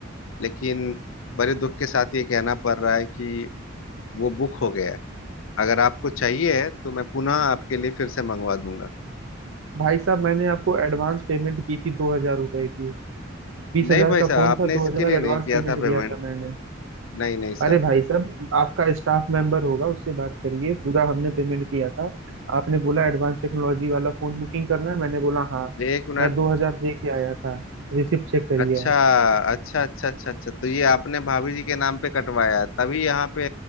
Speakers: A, on the left; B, on the right.
A: लेकिन बड़े दुख के साथ ये कहना पड़ रहा है कि वो बुक हो गया है अगर आपको चाहिए है तो मैं पुनः आपके लिए फिर से मंगवा दूंगा
B: भाई साहब मैंने आपको एडवांस पेमेंट की थी दो हजार रुपए की बीस
A: नहीं
B: हजार
A: भाई
B: का
A: साहब
B: फोन
A: आपने
B: था
A: इसके
B: दो हजार
A: लिए
B: एडवांस
A: नहीं किया
B: पेमेंट
A: था
B: किया
A: पेमेंट
B: था मैंने
A: नहीं नहीं
B: अरे
A: साहब
B: भाई साहब आपका स्टाफ मेंबर होगा उससे बात करिए पूरा हमने पेमेंट किया था आपने बोला एडवांस टेक्नोलॉजी वाला फोन बुकिंग करना है मैंने बोला हाँ
A: ये एक मिनट
B: मैं दो हजार दे के आया था रिसिप्ट चेक करिए
A: अच्छा
B: आप
A: अच्छा अच्छा अच्छा अच्छा तो ये आपने भाभी जी के नाम पे कटवाया है, तभी यहाँ पे